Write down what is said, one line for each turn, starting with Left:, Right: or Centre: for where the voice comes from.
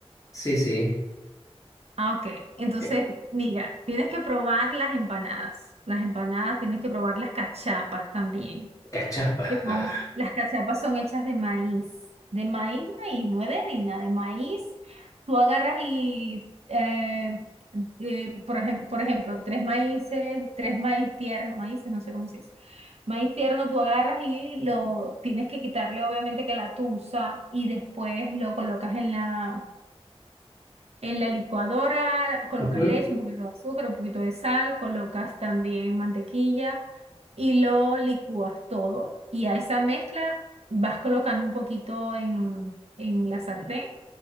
Left: Sí, sí.
Right: Ah, ok. Entonces,
Left: Eh,
Right: mira, tienes que probar las empanadas. Las empanadas, tienes que probar las cachapas también.
Left: Cachapa.
Right: que son-
Left: Ah,
Right: las cachapas son hechas de maíz, de maíz, maíz, no es de harina, de maíz. Tú agarras y, eh, eh, por ejem- por ejemplo, tres maíces, tres maíz tierno, maíces, no sé cómo se dice. Maíz tierno, tú agarras y lo tienes que quitarle, obviamente, que la tusa y después lo colocas en la, en la licuadora, colocas
Left: Ujú.
Right: leche, un poquito de azúcar, un poquito de sal, colocas también mantequilla y lo licúas todo. Y a esa mezcla vas colocando un poquito en, en la sartén